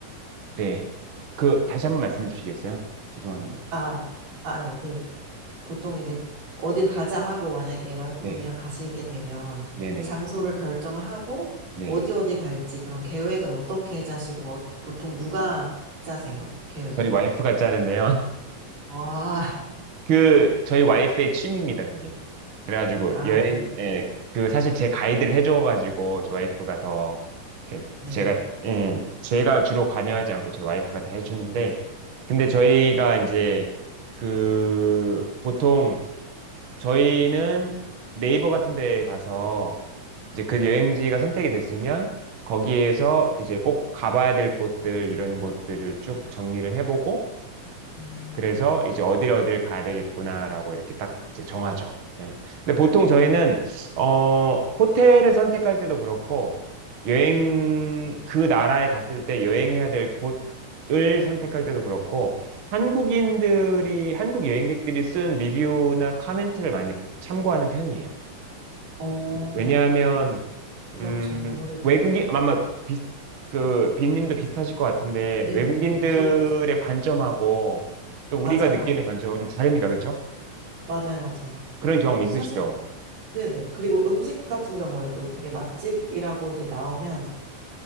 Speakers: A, on the right; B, on the right.
A: 네. 그, 다시 한 번 말씀해 주시겠어요? 죄송한데.
B: 아, 아, 아니요. 그, 보통 이제 어딜 가자 하고 만약에 와이프분이랑
A: 네.
B: 가시게 되면
A: 네네.
B: 장소를 결정을 하고
A: 네.
B: 어디 어디 갈지 그런 계획은 어떻게 짜시고 어- 보통 누가 짜세요? 계획은?
A: 저희 와이프가 짜는데요. <laughs>
B: 와,
A: 그, 저희 와이프의 취미입니다, 그게. 그래가지고,
B: 아,
A: 여행, 예, 그, 사실 제 가이드를 해줘가지고, 저 와이프가 더, 이렇게
B: 네.
A: 제가, 예, 제가 주로 관여하지 않고 제 와이프가 다 해주는데, 근데 저희가 이제, 그, 보통, 저희는 네이버 같은 데 가서, 이제 그 여행지가 선택이 됐으면 거기에서 이제 꼭 가봐야 될 곳들 이런 곳들을 쭉 정리를 해보고
B: 음,
A: 그래서 이제 어디를 어디를 가야 되겠구나라고 이렇게 딱 이제 정하죠. 예. 근데 보통 저희는
B: 음.
A: 어 호텔을 선택할 때도 그렇고 여행 그 나라에 갔을 때 여행해야 될 곳을 선택할 때도 그렇고 한국인들이 한국 여행객들이 쓴 리뷰나 카멘트를 많이 참고하는 편이에요.
B: 어,
A: 왜냐하면
B: 그렇죠.
A: 음,
B: 아무래도.
A: 외국인, 아, 아마 비슷, 그, 빈님도 비슷하실 것 같은데,
B: 네,
A: 외국인들의
B: 네, 네. 저도 비슷해요.
A: 관점하고 또 우리가
B: 맞아요,
A: 느끼는
B: 맞아요.
A: 관점하고 좀 다르니까, 그렇죠?
B: 맞아요, 맞아요.
A: 그런 경험
B: 그
A: 있으시죠?
B: 사실 네네. 그리고 음식 같은 경우에도 되게 맛집이라고 이제 나오면